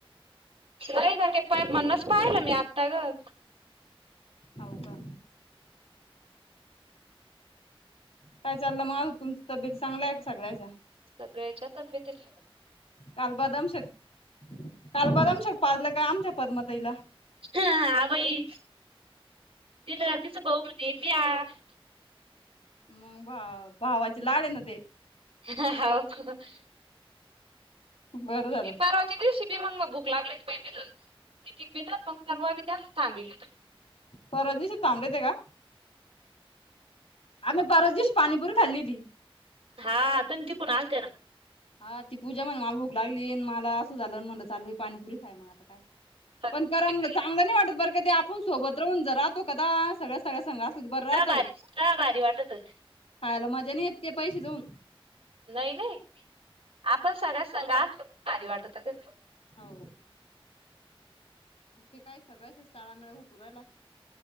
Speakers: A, on the right; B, on the left.
A: नाही ना ते प म्हणणच पाहिलं मी आत्ता गं.
B: हाव का? काय चाललं मगं तुमचं तब्येत चांगलाय का सगळ्याच्या?
A: सगळ्याच्या तब्येतीच
B: काल बदमशेक काल बदमशेक पाजला काय आमच्या पदमा ताईला?
A: हा बाई. <unintelligible>
B: मग भा भावाची लाड आहे ना ते.
A: हा हा हाव <unintelligible>
B: बरं झालं
A: ती परवाची दिवशी मंग भुक लागले. <unintelligible> थांबलीतो
B: परवा दिवशी थांबले होते का? आम्ही परवा दिवस पाणीपूरी खाल्ली होती.
A: हा तुम्ही तिकून आलते ना.
B: हा ती पूजा म्हणे मला भूक लागली आणि मला असं झालं म्हटलं चाल वई पाणीपुरी खाय मग आता काय.
A: का
B: पण करा मला चांगलं नाही वाटत बरं का ते आपण सोबत राहून जरा तो कदा सगळ्या सगळ्या संगा असल तर बरं राहतं
A: भारी का भारी वाटत होत.
B: खायला मजा नाही येत ते पैशे जाऊन.
A: नाही नाही आपण सगळ्या संगा असलो का भारी वाटतं.
B: हो ते काय सगळ्यांचाचं टाळा मेळा हुकू राहीला.